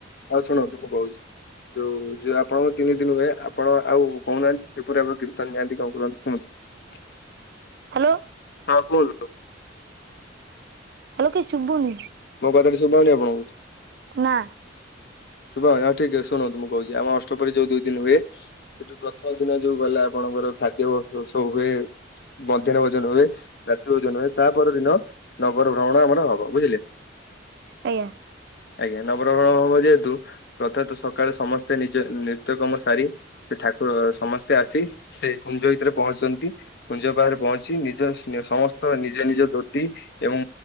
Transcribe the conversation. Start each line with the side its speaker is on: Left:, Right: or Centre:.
Left: ଆଉ ଶୁଣନ୍ତୁ ମୁଁ କହୁଛି। ଯୋଉ ଯଉ ଆପଣଙ୍କ ତିନି ଦିନ ହୁଏ ଆପଣ ଆଉ କହୁନାହାନ୍ତି କିପରି ଆପଣ କୀର୍ତ୍ତନ ନିଆନ୍ତି କଣ କରନ୍ତି କୁହନ୍ତି।
Right: ହ୍ୟାଲୋ
Left: ହଁ! କୁହନ୍ତ।
Right: ହେଲୋ କିଛି ଶୁଭୁନି।
Left: ମୋ କଥା କିଛି ଶୁବୁନି ଆପଣଙ୍କୁ?
Right: ନା
Left: ଶୁଣାଯାଉନି ହଁ ଠିକ ଅଛି ଶୁଣନ୍ତୁ ମୁଁ କହୁଛି। ଆମ ଅଷ୍ଟପହରି ଯୋଉ ଦୁଇ ଦିନ ହୁଏ, ସେଠୁ ପ୍ରଥମ ଦିନ ଯୋଉ ଗଲା ଆପଣ ଆମାର ଖାଦ୍ୟ <unintelligible> ସବୁ ହୁଏ। ମଧ୍ୟାହ୍ନ ଭୋଜନ ହୁଏ, ରାତ୍ରି ଭୋଜନ ହୁଏ, ତାପ ଦିନ ନଗର ଭ୍ରମଣ ଆମର ହବ ବୁଝିଲେ?
Right: ଆଜ୍ଞା
Left: ଆଜ୍ଞା! ନଗରଭ୍ରମଣ ହବ ଯେହେତୁ ପ୍ରଥମତଃ, ସକାଳୁ ସମସ୍ତେ ନିଜ ନିତ୍ୟ କର୍ମ ସାରି, ସେ ଠାକୁର ସମସ୍ତେ ଆସି ସେ କୁଞ୍ଜ ଭିତରେ ପହଞ୍ଚୁଛନ୍ତି। କୁଞ୍ଜ ପାଖରେ ପହଞ୍ଚି ନିଜ ସମସ୍ତ ନିଜ ନିଜ ଧୋତି ଏବଂ